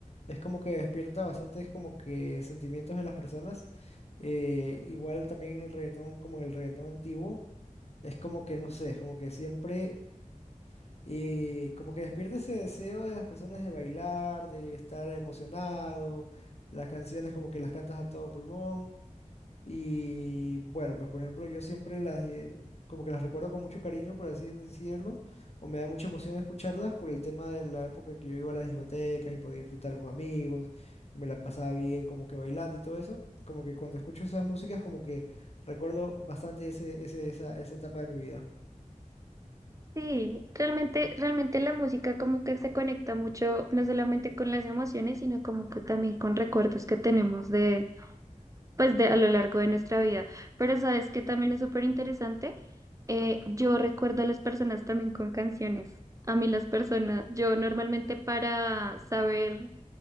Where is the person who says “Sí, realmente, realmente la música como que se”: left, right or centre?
Right